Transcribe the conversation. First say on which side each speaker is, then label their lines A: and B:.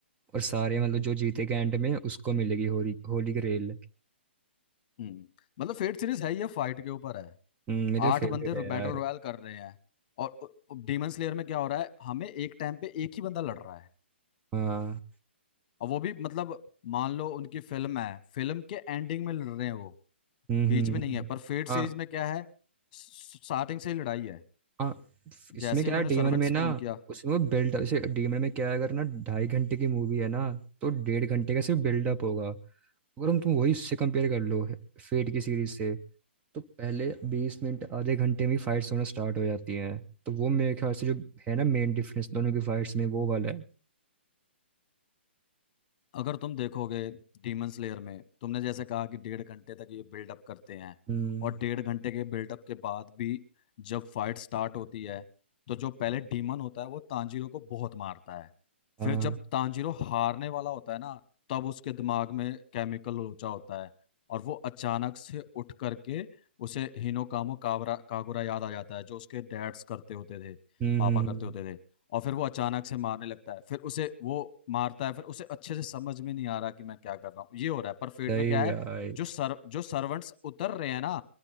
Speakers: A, on the right; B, on the left.
A: और सारे मतलब जो जीतेगा एंड में उसको मिलेगी होली होली ग्रेल
B: हम्म मतलब फेट सीरीज है ये फाइट के ऊपर है
A: हम्म, मेरे
B: आठ
A: फेवरेट
B: बंदे
A: है
B: बैटल
A: यार
B: रॉयल कर रहे हैं और डीमन स्लेयर में क्या हो रहा है हमें एक टाइम पे एक ही बंदा लड़ रहा है
A: हाँ
B: और वो भी मतलब मान लो उनकी फिल्म है फिल्म के एंडिंग में लड़ रहे हैं वो
A: हम्म
B: बीच
A: हम्म,
B: में
A: हम्म।
B: नहीं
A: हम्म।
B: है पर फेट
A: हाँ
B: सीरीज में क्या है स्टार्टिंग से ही लड़ाई है
A: हाँ इसमें
B: जैसे
A: क्या
B: ही उन्होंने
A: है डीमन
B: सर्वेंट
A: में
B: स्पॉन
A: ना
B: किया
A: उसमें वो बिल्ड जैसे डीमन में क्या है अगर ना ढाई घंटे की मूवी है ना तो डेढ़ घंटे का सिर्फ बिल्डअप होगा अगर हम तुम वही उससे कंपेयर कर लो फेट की सीरीज से तो पहले बीस मिनट आधे घंटे में फाइट्स होना स्टार्ट हो जाती हैं तो वो मेरे ख्याल से जो है ना मेन डिफरेंस दोनों की फाइट्स में वो वाला है
B: अगर तुम देखोगे डीमन स्लेयर में तुमने जैसे कहा कि डेढ़ घंटे तक ये बिल्डअप करते हैं
A: हम्म
B: और डेढ़ घंटे के बिल्डअप के बाद भी जब फाइट स्टार्ट होती है तो जो पहले डीमन होता है वो तांजीरो को बहुत मारता है
A: हाँ
B: फिर जब तांजीरो हारने वाला होता है ना तब उसके दिमाग में केमिकल लोचा होता है और वो अचानक से उठ करके उसे हिनोकामो काबरा कागुरा याद आ जाता है जो उसके डैड्स करते होते थे
A: हम्म
B: पापा
A: हम्म
B: करते
A: हम्म,
B: होते थे और फिर वो अचानक से मारने लगता है फिर उसे वो मारता है फिर उसे अच्छे से समझ में नहीं आ रहा कि मैं क्या कर रहा हूँ ये हो रहा है पर फेट
A: सही
B: में क्या है
A: यार
B: जो सर जो सर्वेंट्स उतर रहे हैं ना